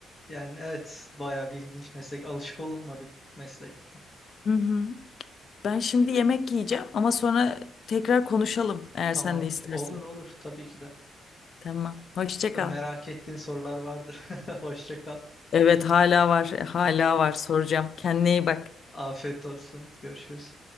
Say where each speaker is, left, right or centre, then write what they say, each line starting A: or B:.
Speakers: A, on the left; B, on the left.
A: Yani evet bayağı bir ilginç meslek. Alışık olunmadık meslekte.
B: Hı hı. Ben şimdi yemek yiyeceğim ama sonra tekrar konuşalım eğer
A: Tamamdır.
B: sen de istersen.
A: Olur olur tabii ki de.
B: Tamam. Hoşça
A: Da
B: kal.
A: merak ettiğin sorular vardır. <laughs> Hoşça kal.
B: Evet hala var. Hala var. Soracağım. Kendine iyi bak.
A: Afiyet olsun. Görüşürüz.